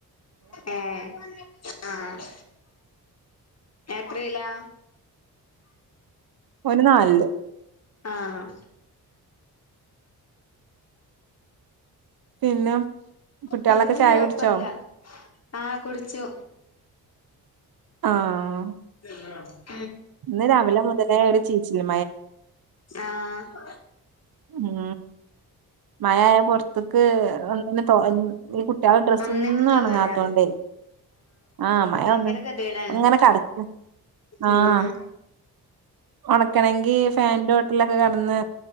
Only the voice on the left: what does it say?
ഏഹ് ആഹ് എത്രയിലാ
ആഹ്
പിന്നെന്താ
കൊഴപ്പൊന്നുല്ല
ആഹ് കുടിച്ചു
<unintelligible>
ആഹ്
ഒന്നിനും തോന്നൂല
ഭയങ്കര
ഗതികേടാണ്
ഉം